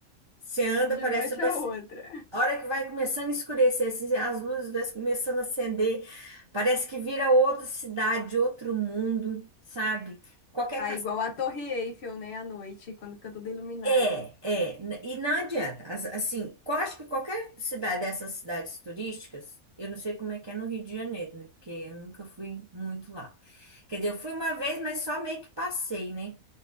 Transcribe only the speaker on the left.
de
noite
a outra.
Ah, igual a Torre Eiffel, né, à noite, quando fica tudo iluminado.